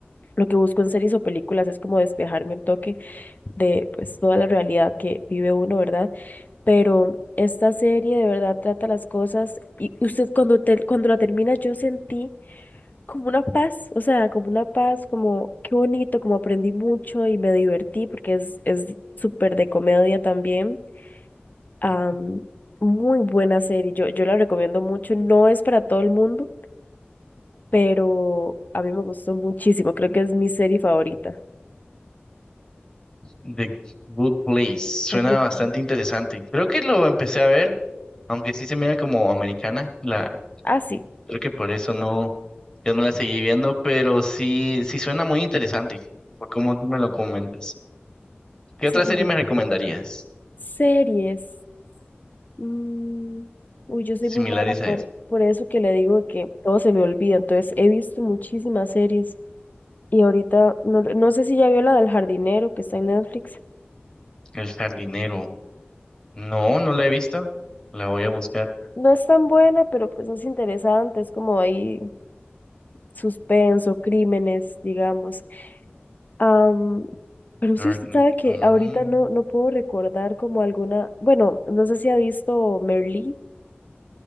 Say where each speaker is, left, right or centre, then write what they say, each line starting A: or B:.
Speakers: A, on the left (about 45°); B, on the left (about 20°).
A: Lo que busco en series o películas es como despejarme un toque de pues toda la realidad que vive uno, ¿verdad? Pero esta serie de verdad trata las cosas y usted cuando te- cuando la termina yo sentí como una paz, o sea, como una paz, como qué bonito, como aprendí mucho y me divertí porque es es súper de comedia también. Am,
B: Ah,
A: muy buena serie, yo yo la recomiendo mucho, no es para todo el mundo, pero a mí me gustó muchísimo, creo que es mi serie favorita.
B: The Good Place. Suena
A: La Good
B: bastante
A: Place.
B: interesante. Creo que lo empecé a ver, aunque sí se mira como americana. La,
A: Ah, sí.
B: creo que por eso no, ya no la seguí viendo, pero sí, sí suena muy interesante, por cómo tú me lo comentas. ¿Qué
A: Sí,
B: otra
A: sí,
B: serie
A: no.
B: me recomendarías?
A: Series. Mm, uy, yo soy
B: Similares
A: muy mala
B: a
A: por,
B: esa?
A: por eso que le digo que todo se me olvida. Entonces, he visto muchísimas series. Y ahorita, no, no sé si ya vio la del jardinero que está en Netflix.
B: El jardinero. No, no la he visto. La voy a buscar.
A: No es tan buena, pero pues es interesante. Es como ahí suspenso, crímenes, digamos. Am, pero sí,
B: Merlí.
A: usted sabe que
B: Mm,
A: ahorita no, no puedo recordar como alguna. Bueno, no sé si ha visto Merlí.